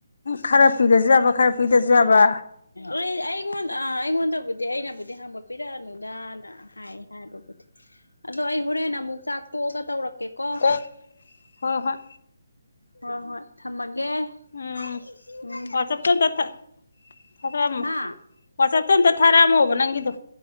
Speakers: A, on the left; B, on the left.
A: ꯈꯔ ꯄꯤꯒꯖꯕ ꯕꯈꯔ ꯀꯗꯔ ꯌꯥꯕ
B: ꯑꯩ ꯑꯩꯒꯣꯟ ꯑꯩꯒꯣꯟꯕꯕꯨꯗꯤ ꯑꯩꯅꯕꯨ ꯗꯤ ꯍꯥꯡꯒꯠꯄꯤꯤꯔꯛꯑꯅꯨꯗꯅ ꯍꯥꯏ ꯍꯥꯏꯕꯕꯨꯗꯤ ꯑꯗꯣ ꯑꯩ ꯍꯣꯔꯦꯟ ꯑꯃꯨꯛ ꯆꯥꯛ ꯇꯣꯛꯑꯒ ꯇꯧꯔꯛ ꯀꯀꯣ
A: ꯀꯣ ꯍꯣꯏ ꯍꯣꯏ
B: ꯍꯣꯏ ꯍꯣꯏ ꯊꯝꯃꯒꯦ
A: ꯎꯝ
B: ꯦ ꯎ
A: ꯋꯥꯆꯞꯇ ꯑꯝꯇ ꯊꯥ ꯊꯥꯔꯛꯑꯝꯃꯣ
B: ꯍꯥ
A: ꯋꯥꯆꯞꯇ ꯑꯝꯇ ꯊꯥꯔꯛꯑꯝꯃꯣꯕ ꯅꯪꯒꯤꯗꯣ